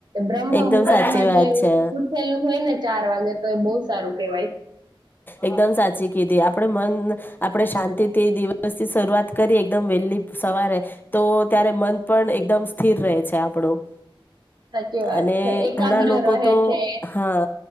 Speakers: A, on the right; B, on the left.
A: બ્રહ્મ
B: એકદમ
A: મુહૂર્ત
B: સાચી
A: માં
B: વાત
A: જે
B: છે
A: ઉઠેલું હોય ને ચાર વાગે તો એ બહુ સારું કેવાય
B: એકદમ સાચી કીધી આપણે મન આપણે શાંતિ થી દિવસથી શરૂઆત કરીએ એકદમ વહેલી સવારે તો ત્યારે મન પણ એકદમ સ્થિર રહે છે આપણું
A: સાચી વાત
B: અને
A: છે એકાગ્ર
B: ઘણા લોકો
A: રહે
B: તો
A: છે
B: હા